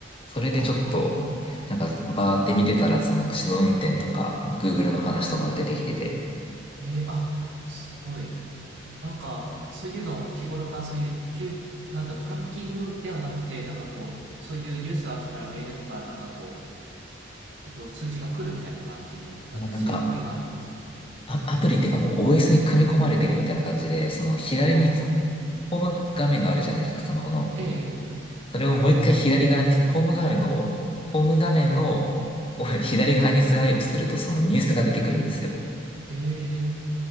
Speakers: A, on the left; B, on the right.
A: それでちょっと、
B: あ、あ
A: なんか、バーって見てたら、その、自動運転とか、Google の話とかが出てきてて、
B: えーあ、すごい。なんか、そういうの、日頃からそういう、ちゅなんだ、トラッキングではなくて、なんかこう、そういうニュースが来たらメールとか、なんかこう、えっと、通知が来るみたいな感じだって、
A: まあなんか、
B: そういうアプリがあるんですね。
A: ア、アプリっていうかもう OS に組み込まれてるみたいな感じで、その、左に、
B: ああ、
A: ホーム画面があるじゃないですか、スマホの。
B: ええ、
A: それをもう一回左側に、ホーム画面の、ホーム画面の、お左側にスワイプすると、そのニュースが出てくるんですよ。
B: ええ、ええ